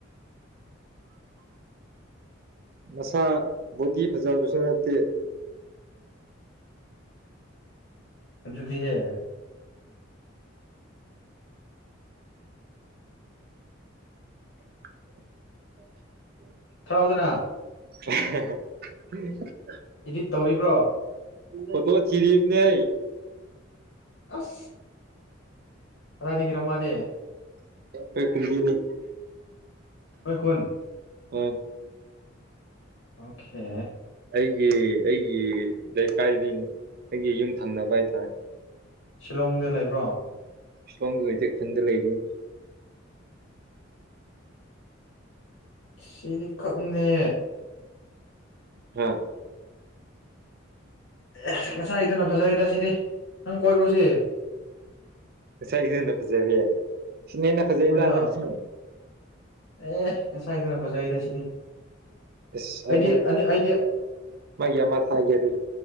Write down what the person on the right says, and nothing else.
ꯃꯁꯥ ꯕꯣꯗꯤ ꯐꯖꯕꯁꯨ ꯅꯠꯇꯦ
<inaudible>
<inaudible>
ꯑꯣ ꯇ ꯊꯤꯔꯤꯞꯅꯦ
ꯀꯩ ꯀꯗꯤꯅꯤ
ꯍꯣꯏ
ꯑꯩꯒꯤ ꯑꯩꯒꯤ ꯂꯩꯀꯥꯏꯗꯒꯤꯅꯦ ꯑꯩꯒꯤ ꯌꯨꯝ ꯊꯪꯅꯕ ꯍꯥꯏꯇꯥꯔꯦ
ꯁꯋꯥꯥꯡ ꯂꯩꯩꯗꯤ ꯈꯨꯟꯗ ꯂꯩꯔꯤꯌ
ꯍꯥꯝ
ꯉꯥꯏ ꯍꯅꯥ ꯐꯖꯩꯕꯤ ꯁꯤꯅꯤꯅꯅꯥ ꯐꯖꯩꯗ
ꯅꯪ ꯁꯤꯅꯣ
ꯏꯁ
ꯃꯒꯤ ꯑꯃ ꯊꯥꯒꯦ ꯑꯗꯨ